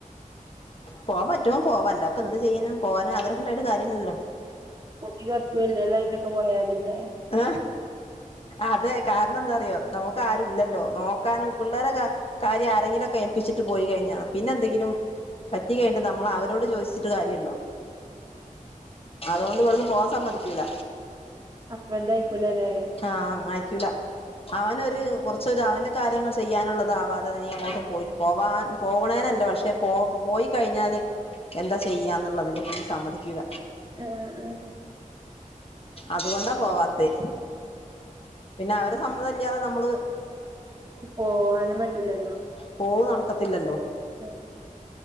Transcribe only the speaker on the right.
കുട്ടിക്ക് കൊറച്ച് വല്ല്യതായിട്ടൊക്കെ പോയാമതിട്ടാ.
ഹസ്ബൻഡ് അയ്ക്കൂലലേ?
ഏഹ് ആഹ്
പോവാനും പറ്റൂലല്ലോ.
<unintelligible>